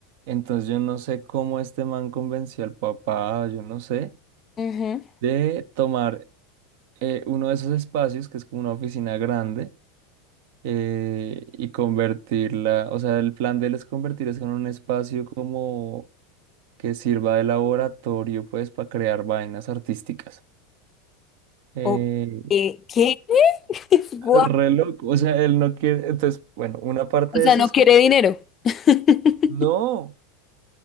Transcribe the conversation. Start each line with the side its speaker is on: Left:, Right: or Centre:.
Right: Entonces yo no sé cómo este man convenció al papá, yo no sé,
Left: Ujú.
Right: de tomar eh, uno de esos espacios, que es como una oficina grande, eh, y convertirla, o sea, el plan de él es convertir eso en un espacio como que sirva de laboratorio, pues, para crear vainas artísticas. Eh,
Left: Oh, ¿qué? ¿Qué? <laughs> Guau.
Right: re loco, o sea, él no quiere, entonces, bueno, una parte
Left: O sea,
Right: de eso
Left: no
Right: es
Left: quiere
Right: que
Left: dinero. <laughs>
Right: no.